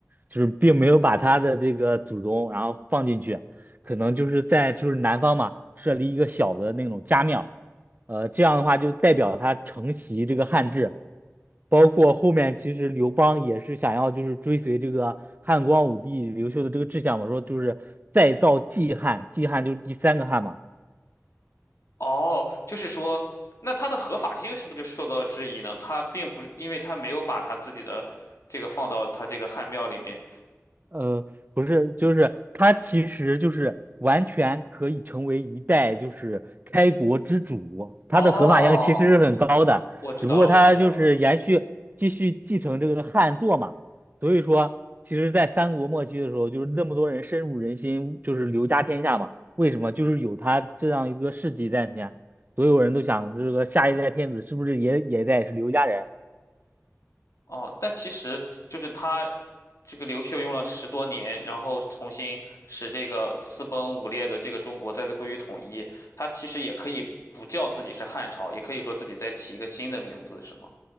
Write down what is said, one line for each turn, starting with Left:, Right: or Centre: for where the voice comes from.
Right: 就是并没有把他的这个祖宗然后放进去，可能就是在就是南方嘛设立一个小的那种家庙，呃，这样的话就代表他承袭这个汉制，包括后面其实刘邦也是想要就是追随这个汉光武帝刘秀的这个志向嘛，说就是再造季汉，季汉就是第三个汉嘛。
Left: 哦，就是说，那它的合法性是不是就受到了质疑呢？他并不，因为他没有把他自己的这个放到他这个汉庙里面。
Right: 呃，不是，就是他其实就是完全可以成为一代就是开国之主，他的合法性其实是很高的，
Left: 哦，我知道了，
Right: 只不过他就是延续继续继承这个汉作嘛，
Left: 我知道了。
Right: 所以说其实，在三国末期的时候，就是那么多人深入人心，就是刘家天下嘛，为什么？就是有他这样一个事迹在前，所有人都想这个下一代天子是不是也也得是刘家人，
Left: 哦，但其实就是他这个刘秀用了十多年，然后重新使这个四崩五裂的这个中国再次归于统一。他其实也可以不叫自己是汉朝，也可以说自己再起一个新的名字，是吗？